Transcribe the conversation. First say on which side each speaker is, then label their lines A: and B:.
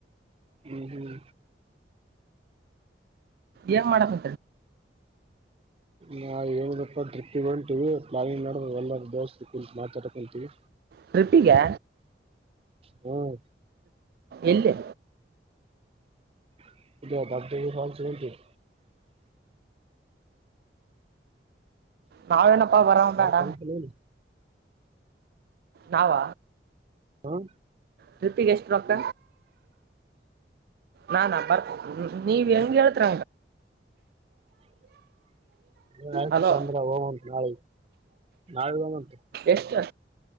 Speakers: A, on the right (about 35°); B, on the right (about 60°).
A: ಹ್ಮ್ ಹ್ಮ್
B: ಏನ್ ಮಾಡತ್
A: ನಾ ಹೇಳುದಪ್ಪ ಟ್ರಿಪ್ ಇಗಂತೀವಿ ಪ್ಲಾನಿಂಗ್ ಮಾಡ ಎಲ್ಲರ ದೋಸ್ತ್ ಕು ಮಾತಾಡಕೊಂತೀವಿ
B: ಟ್ರಿಪ್ಪಿಗೆ
A: ಹ್ಮ್
B: ಇಲ್ಲಿ
A: <unintelligible>
B: ನಾವೇನಪ್ಪಾ ಬರೋ
A: ಬರ್ತಂತ
B: ಬೇಡ
A: ನೀನು
B: ನಾವ
A: ಹ್ಮ
B: ಟ್ರಿಪ್ಪಿಗೆ ಎಷ್ಟು ರೊಕ್ಕ ನಾನಾ ಬರ್ ನೀ ಹೆಂಗ ಎತ್ರ
A: <inaudible> ತ
B: ಹಲೋ
A: ಪಂದ್ರ ಹಂಟು ನಾಳ ನಾಳ ಒಂದು ಉಂಟು
B: ಎಷ್ಟು